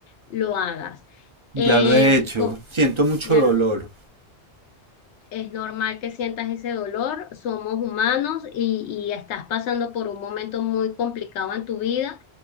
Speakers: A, on the left (about 80°); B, on the right (about 40°).
A: lo hagas. Em,
B: Ya lo he hecho.
A: co-
B: Siento mucho
A: ya
B: dolor.
A: es normal que sientas ese dolor, somos humanos y, y estás pasando por un momento muy complicado en tu vida